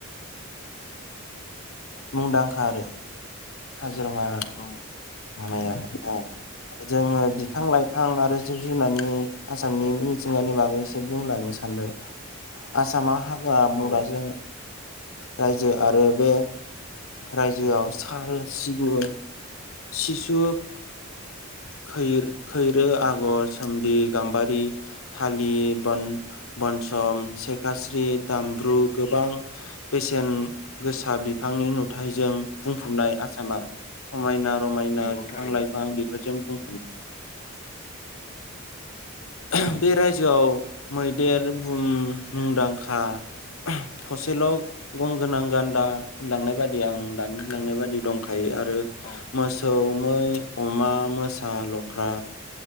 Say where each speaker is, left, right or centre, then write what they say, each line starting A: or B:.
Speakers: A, on the left; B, on the left.
A: मुंदांखा आरो काजिरङा
B: औ
A: माबाया औ जोङो बिफां लाइफां आरो जिब जुनारनि आसामनि मिथिंगानि बागै एसे बुंलांनो सानदो आसामा हाग्रा बंग्राजों
B: औ
A: रायजो आरो बे रायजोआव साल सिगुन सिसु खै खैरो आगर सोमब्लि गाम्बारि थालि बन बनसम सेखास्रि दामब्रु गोबां बेसेन गोसा बिफांनि नुथायजों बुंफबनाय आसामा समायना रमायना
B: नंगौ
A: बिफां
B: थारैनो
A: लाइफां बेफोरजों बुं <unintelligible> ओम बे रायजोआव मैदेर बुहुम मुंदांखा थसेल' गंगोनां गान्दा होनलांनाय बादि आं दानि होनलांनाय बायदि दंखायो आरो
B: औ
A: मो मोसौ मै अमा मोसा लख्रा